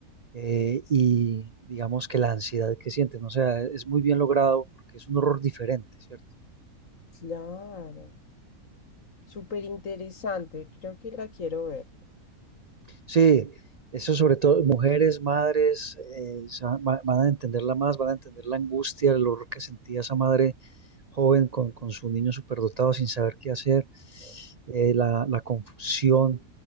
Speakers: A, on the right; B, on the left.
A: eh, y digamos que la ansiedad que sienten. O sea, es muy bien logrado porque es un horror diferente, ¿cierto?
B: Claro, súper interesante, creo que la quiero ver.
A: Sí, eso sobre todo mujeres, madres, eh, se van, va- van a entenderla más, van a entender la angustia, el horror que sentía esa madre joven con, con su niño superdotado sin saber qué hacer, eh, la, la confusión,